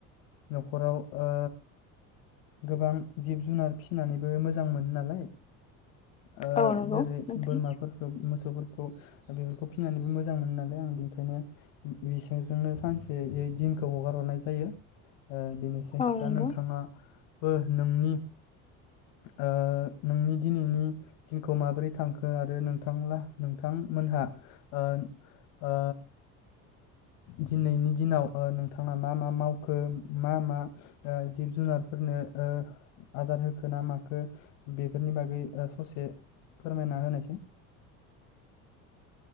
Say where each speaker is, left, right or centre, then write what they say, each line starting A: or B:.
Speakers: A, on the left; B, on the left.
A: नख'राव ओ गोबां जिब जुनार फिसिनानैबो मोजां मोनो नालाय। ओ
B: औ नंगौ
A: जेरै
B: नोंथां
A: बोरमाफोरखौ मोसौफोर खौ बेफोरखौ फिनानैबो मोजां मोनो नालाय आं बेनिखायनो बिसोरजोंनो सानसेयै दिनखौ हगार हरनाय जायो ओ बेनोसै
B: औ नंगौ
A: दा नोंथाङा बो नोंनि ओ नोंनि दिनैनि दिनखौ माबोरै थांखो आरो नोंथां नोंथांमोनहा ओ ओ दिनैनि दिनाव नोंथाङा मा मा मावखो मा मा जिब जुनारफोरनो आदार होखो ना माखो बेफोरनि बागै ससे एसे फोरमायना होनोसै।